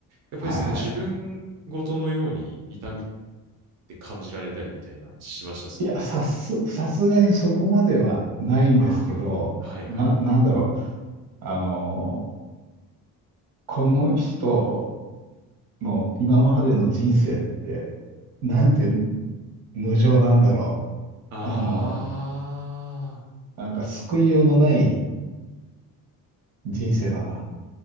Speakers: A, on the right (about 50°); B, on the right (about 80°).
A: やっぱりその自分ごとのように痛みっ
B: はい。
A: て感じられたりみたいな、しました、その。
B: いや、さす、さすがにそこまではないんですけど、
A: ああ、はいはいはい。
B: な、なんだろう。あの、この人の今までの人生って、なんて無情なんだろ
A: あ
B: う。あの、なんか救いようのない人生だな。